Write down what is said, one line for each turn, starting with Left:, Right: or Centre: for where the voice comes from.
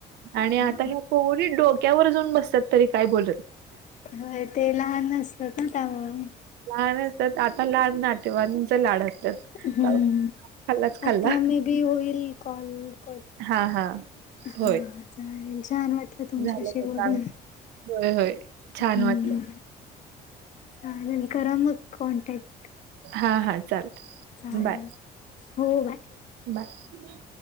Right: आणि आ
Left: हा
Right: घ्या. थोडी डोक्यावर जाऊन बसतात. तरी काय बोल
Left: होय ते लहान असत ना त्यामुळं.
Right: लहान असतात आता लाड नाटेवाांच लाड असतात
Left: हम्म
Right: तवा खाल्लाच खाल्ला
Left: आता मे बी होईल कॉल कर.
Right: हा हा
Left: हा
Right: होय
Left: चालेल छान वाट लं तुमच्याशी
Right: झालं का
Left: बोलून
Right: काम होय होय. छान
Left: हम्
Right: वाटलं
Left: ह नन करामग कॉनटॅक्ट
Right: हा हा चाल
Left: चालेल.
Right: बाय
Left: हो बाय
Right: बाय